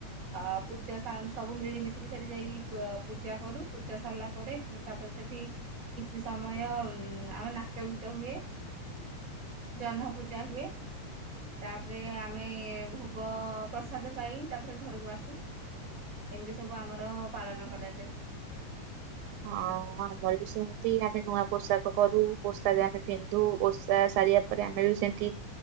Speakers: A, on the right (about 30°); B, on the right (about 90°).
A: ଆ ପୂଜା ସବୁ ମିଳିମିଶିକି ସେଠି ଯାଇକି ପୂଜା କରୁ ପୂଜା ସରିଲା ପରେ ତାପରେ ସେଠି କିଛି ସମୟ ଆମେ ନାଚ ଗୀତ ହୁଏ ଜହ୍ନ ପୂଜା ହୁଏ ତାପରେ ଆମେ ଭୋଗ ପ୍ରସାଦ ପାଇ ତାପରେ ଘରକୁ ଆସୁ ଏମିତି ସବୁ ଆମର ପାଳନ କରାଯାଏ।
B: ହଁ ଆମର ବି ସେମିତି ଆମେ ନୂଆ ପୋଷାକ କରୁ ଓଷାାରେ ଆମେ ପିନ୍ଧୁ ଓଷା ସାରିବା ପରେ ଆମେ ବି ସେମିତି